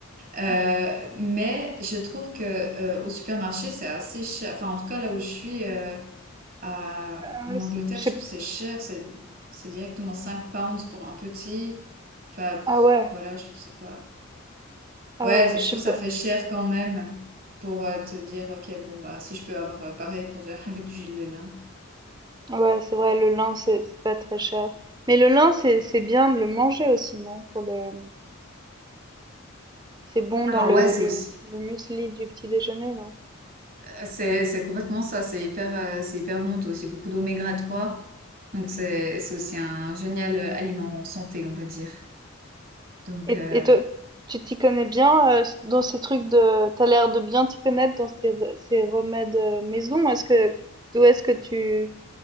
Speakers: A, on the right; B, on the right.
A: Euh,
B: Ouais,
A: mais je trouve que euh, au supermarché, c'est assez cher. Enfin, en tout cas, là où je suis euh, à-
B: ah
A: en
B: ouais, c'est
A: Angleterre,
B: je
A: je
B: sais
A: trouve que c'est cher. C'est c'est directement 5 pounds pour un petit. Enfin, pff,
B: ah ouais,
A: voilà, je trouve que c'est pas.
B: ah
A: Ouais,
B: ouais,
A: c'est-
B: je
A: je
B: sais
A: trouve
B: pas,
A: que ça fait cher quand même pour euh, te dire, ok, bon, bah, si je peux avoir euh, pareil pour du- <laughs> avec du gel de lin.
B: Ouais, c'est vrai, le lin, c'est c'est pas très cher. Mais le lin, c'est c'est bien de le manger aussi, non? Pour le, c'est bon
A: Alors,
B: dans le,
A: ouais, c'est
B: le,
A: aussi.
B: le muesli du petit déjeuner, non?
A: euh, C'est c'est complètement ça. C'est hyper, euh, c'est hyper bon. T'as aussi beaucoup d'oméga trois. Donc, c'est c'est aussi un génial euh, aliment santé, on va dire. Donc,
B: Et,
A: euh,
B: et toi, tu t'y connais bien euh, s- dans ces trucs de, t'as l'air de bien t'y connaître dans ces, re- ces remèdes euh, maison. Est-ce que, d'où est-ce que tu,